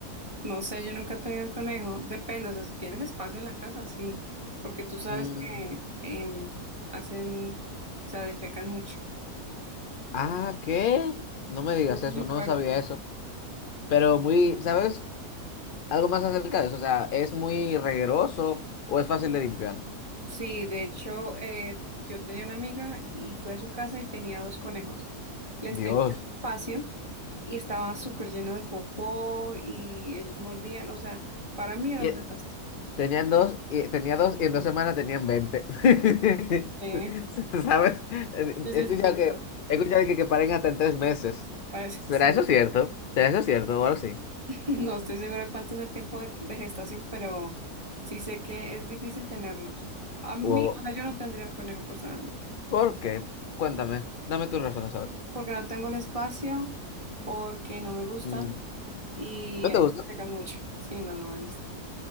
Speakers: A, on the right; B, on the left.
A: No sé, yo nunca he tenido un conejo. Depende, o sea, si tienes espacio en la casa, sí. Porque tú sabes
B: Mm,
A: que em, hacen, o sea, defecan mucho.
B: ah, ¿qué? No me digas
A: Huele
B: eso,
A: muy fuerte.
B: no sabía eso. Pero muy, ¿sabes? Algo más acerca de eso, o sea, ¿es muy regueroso o es fácil de limpiar?
A: Sí, de hecho, eh, yo tenía una amiga y fui a su casa y tenía dos conejos. Les
B: Dios.
A: tenía espacio y estaba súper lleno de popó y ellos mordían, o sea, para mí era
B: Y,
A: un
B: e
A: desastre.
B: Tenían dos, y, tenía dos y en dos semanas tenían 20 <laughs>
A: Sí,
B: ¿Sabes? Eh,
A: sí,
B: He escuchado
A: sí, sí,
B: que,
A: claro.
B: he escuchado que, que paren hasta en tres meses.
A: Parece,
B: ¿Será
A: sí.
B: eso cierto? ¿Será eso cierto? O algo así.
A: <laughs> No estoy segura cuánto es el tiempo de, de gestación, pero sí sé que es difícil tenerlos. A mí,
B: ¿O
A: o sea, yo no tendría un conejo personalmente,
B: por qué? Cuéntame. Dame tus
A: por-
B: razones, a ver.
A: porque no tengo el espacio, porque no me gustan
B: Mm,
A: y
B: ¿No
A: eh,
B: te gusta?
A: secan mucho. Sí, no, no me gusta